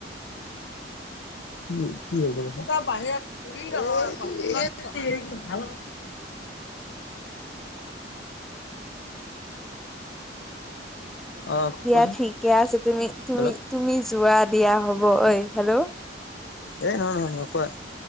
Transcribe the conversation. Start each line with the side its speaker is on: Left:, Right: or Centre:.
Left: কি কি হ'ল? ত এটা বাহিৰত ফৰি <unintelligible> হেল্ল'? অ
Centre: দিয়া
Left: কোৱাচোন
Centre: ঠিকে আছে তুমি-তুমি-তুমি
Left: হেল্ল'
Centre: যোৱা দিয়া হব। ঐ হেল্ল'?
Left: এ নহয়-নহয়-নহয় কোৱা,